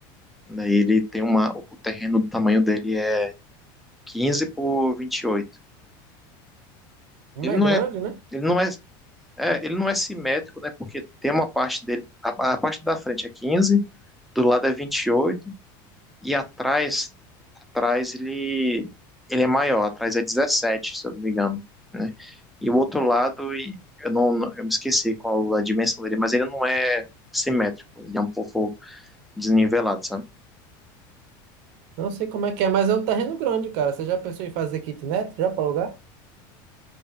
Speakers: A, in the centre; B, on the right.
A: né? E ele tem uma, o terreno do tamanho dele é 15 por 28.
B: Como
A: Ele
B: é
A: não
B: grande,
A: é,
B: né?
A: ele não é, é ele não é simétrico, né? Porque tem uma parte dele, a, a parte da frente é 15, do lado é 28 e atrás atrás ele, ele é maior, atrás é 17 se eu não me engano, né? E o outro lado, e eu não, não- eu me esqueci qual a dimensão dele, mas ele não é simétrico, ele é um pouco desnivelado, sabe?
B: Não sei como é que é, mas é um terreno grande, cara. Você já pensou em fazer kitnet já para alugar?